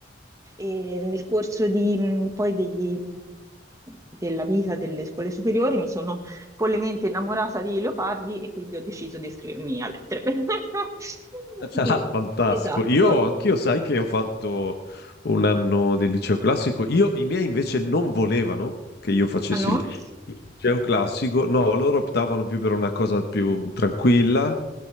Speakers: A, on the right; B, on the left.
A: e nel corso di- poi degli- della vita delle scuole superiori mi sono follemente innamorata di leopardi e quindi ho deciso di iscrivermi a lettere. <laughs>
B: Ah, Fantastico.
A: Esatto.
B: Io anch'io, sai che ho fatto un anno di liceo classico. Io, i miei invece non volevano che io facessi
A: Ah no?
B: il il liceo classico. No, loro optavano più per una cosa più tranquilla.